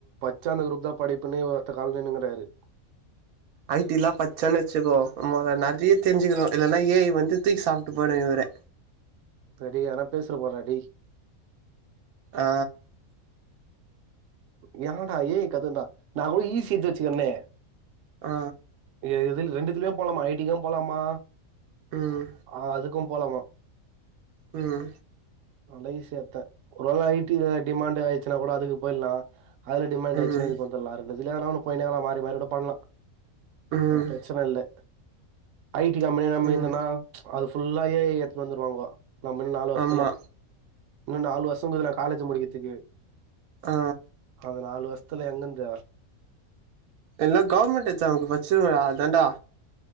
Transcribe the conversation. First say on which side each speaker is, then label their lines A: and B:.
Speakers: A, on the right (about 65°); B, on the right (about 80°).
A: சார் அந்த குரூப் தா படிப்பேன்னு ஒத்த கால்ல நின்னுக்குறாரு
B: ஐ டிலா பச்சான்னு வச்சுக்கோ நறையா தெரிஞ்சுக்கணு இல்லன்னா ஏ ஐ வந்து தூக்கி சாப்ட்டு போய்ரு இவர
A: அடேய்‌ யார்னா பேசிறபோறா டேய்
B: ஆ
A: யான்டா ஏய் கத்துன்டா நா கூட இ சி எடுத்து வச்சுக்கிறனே
B: ஆ
A: இது ரெண்டுதுக்குமே போலாமா ஐ டிக்கூ போலாமா
B: ம்
A: ஆ அதுக்கூ போலாமா
B: உம்
A: நல்லா ஈஸியாத்தே ஒரு வேள ஐ டில டிமாண்ட்டு ஆயிச்சுன்னா கூட அதுக்கு போய்டலா அதுல டிமாண்ட்
B: ம்
A: ஆய்ச்சுனா இதுக்கு வந்துரலா ரெண்டு இதுல எதுனா ஒன்னு போயினேனா மாறி மாறிக்கூட பண்லா
B: ம்
A: ஆனா பிரச்சன இல்ல ஐ டி கம்பெனி நம்பி
B: ம்
A: இருந்தேனா அது ஃபுல்லா ஏ ஐ எத்துனு வந்துடுவாங்கோ நம்மன்னு நாலு வர்ஷத்துல
B: ஆமா
A: இன்னு நாலு வருஷத்துல காலேஜ்ஜு முடிக்கிறதுக்கு
B: ஆ
A: அந்த நாலு வருஷத்துல எங்கந்து
B: எல்லா கவுர்மெண்ட் எக்சாமுக்கு பட்ச்சுருங்கடா அதா டா